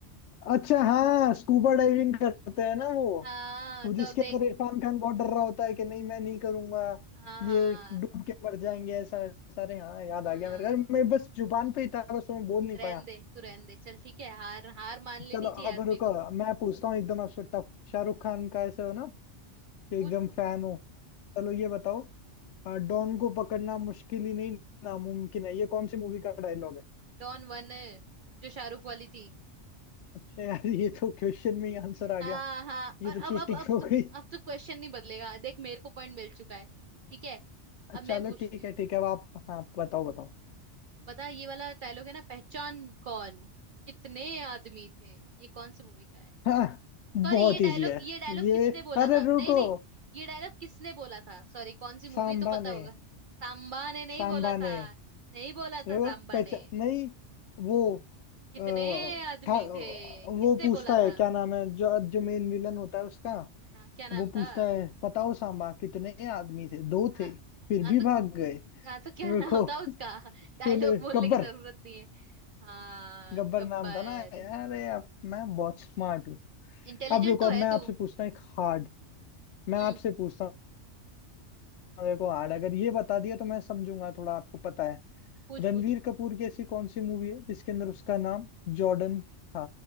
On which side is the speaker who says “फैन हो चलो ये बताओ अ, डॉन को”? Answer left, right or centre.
Left